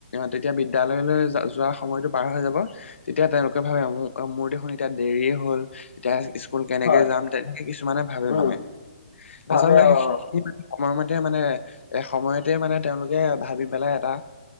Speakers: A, on the left; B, on the left.
A: তেতিয়া বিদ্যায়ালয়লৈ য, যোৱা সময়তটো পাৰ হৈ যাব। তেতিয়া, তেওঁলোকে ভাবে মোৰ মোৰ দেখোন এতিয়া দেৰিয়ে হ'ল এতিয়া স্কুল কেনেকে
B: হয়
A: যাম তেনেকে কিছুমানে ভাবে
B: উম
A: মানে
B: ভাবে
A: আচলতে।
B: অ
A: সেইখিনি সময়মতে মানে এ, সময়তে মানে তেওঁলোকে ভাবি পেলাই এটা।